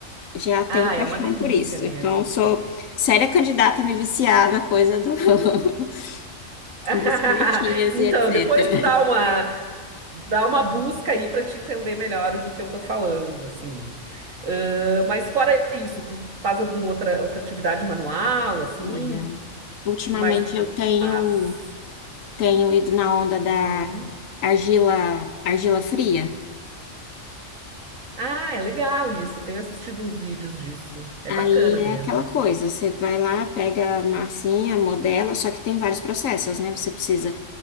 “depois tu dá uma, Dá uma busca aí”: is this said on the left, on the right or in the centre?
Right